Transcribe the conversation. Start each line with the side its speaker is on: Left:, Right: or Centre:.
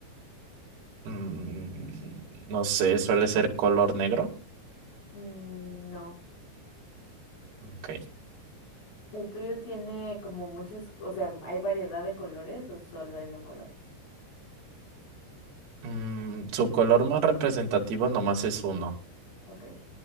Right: mm, no sé, suele ser color negro.
Left: Mm, no.
Right: Ok.
Left: ¿El tuyo tiene como muchos, o sea, hay variedad de colores o solo es de un color?
Right: Mm, su color más representativo nomás es uno.
Left: Ok.